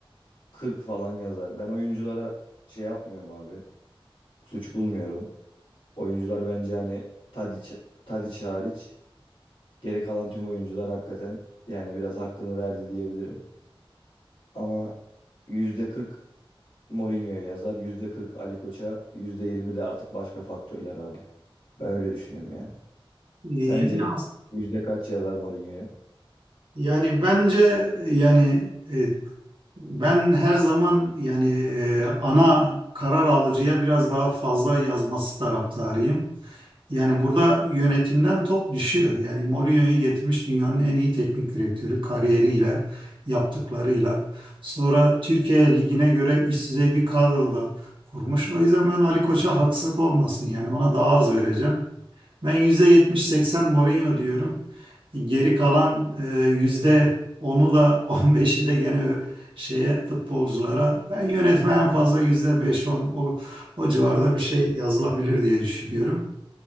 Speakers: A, on the left; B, on the right.
A: 40 falan yazar. Ben oyunculara şey yapmıyorum abi. Suç bulmuyorum. Oyuncular bence hani Tadiç, Tadiç hariç geri kalan tüm oyuncular hakikaten yani biraz hakkını verdi diyebilirim. Ama %40 Mourinho'ya yazar, %40 Ali Koç'a, %20 de artık başka faktörler abi. Ben öyle düşünüyorum yani.
B: Ee,
A: Sence
B: yani, as-
A: yüzde kaç yazar Mourinho'ya?
B: yani bence yani e, Ben her zaman yani e, ana karar alıcıya biraz daha fazla yazması taraftarıyım. Yani burada yönetimden top düşüyor. Yani Mourinho'yu getirmiş dünyanın en iyi teknik direktörü kariyeriyle, yaptıklarıyla. Sonra Türkiye Ligi'ne göre üst düzey bir kadro da kurmuş. O yüzden ben Ali Koç'a haksızlık olmasın. Yani ona daha az vereceğim. Ben %70-80 Mourinho diyorum. Geri kalan e, yüzde onu da <laughs> 15'i de gene ö- şeye futbolculara. Ben yönetme en fazla %5-10 o, o civarda bir şey yazılabilir diye düşünüyorum.